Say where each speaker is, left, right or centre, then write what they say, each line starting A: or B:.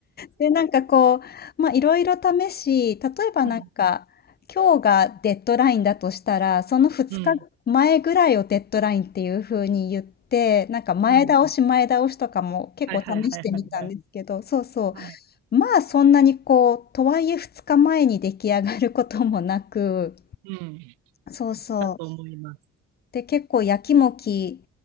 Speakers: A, on the left (about 25°); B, on the right (about 65°).
A: で、なんかこう、まあ、いろいろ試し、例えばなんか、
B: うん、
A: 今日がデッドラインだとしたら、その2日前ぐらいをデッドラインっていう風に言って、
B: うん、
A: なんか前倒し前倒しとかも結構試してみたんですけど、
B: うん。はいはいはいはいはい。
A: そうそ
B: はい。
A: う。まあそんなにこう、とはいえ2日前に出来上がることもなく、
B: うん。
A: そうそう。
B: だと思います。
A: で、結構やきもき